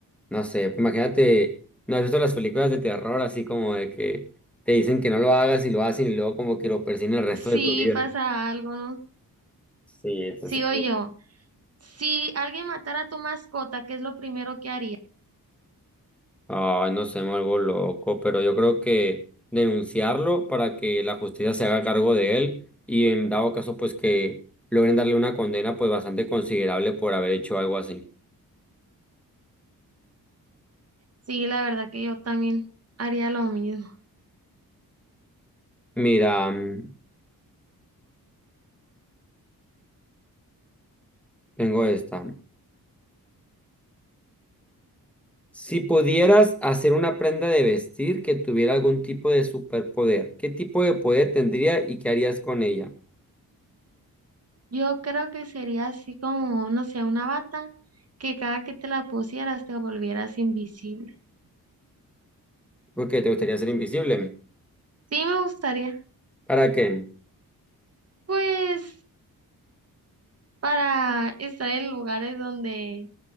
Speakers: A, in the centre; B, on the right.
A: no sé, pues imagínate, ¿no has visto las películas de terror así como de que te dicen que no lo hagas y lo hacen y luego como que lo persiguen el resto
B: Sí,
A: de tu vida?
B: pasa algo, ¿no?
A: Sí, entonces.
B: Sigo yo. Si alguien matara a tu mascota, ¿qué es lo primero que haría?
A: Ay, no sé, me vuelvo loco, pero yo creo que denunciarlo para que la justicia se haga cargo de él y en dado caso pues que logren darle una condena pues bastante considerable por haber hecho algo así.
B: Sí, la verdad que yo también haría lo mismo.
A: Mira, mm, tengo esta. Si pudieras hacer una prenda de vestir que tuviera algún tipo de superpoder, ¿qué tipo de poder tendría y qué harías con ella?
B: Yo creo que sería así como, no sé, una bata que cada que te la pusieras te volvieras invisible.
A: Porque te gustaría ser invisible.
B: Sí, me gustaría.
A: ¿Para qué?
B: Pues para estar en lugares donde